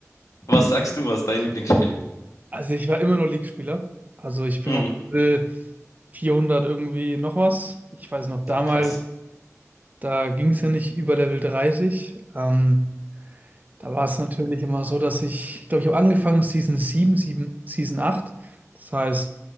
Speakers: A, on the left; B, on the right.
A: Was sagst du, was ist dein Lieblingsspiel?
B: Also ich war immer nur League-Spieler. Also ich bin
A: Mhm,
B: auf Level 400 irgendwie noch was. Ich weiß noch, damals,
A: krass.
B: da ging es ja nicht über Level 30. Ähm, da war es natürlich immer so, dass ich, ich glaube, ich habe angefangen Season sieben, sieben, Season 8. Das heißt,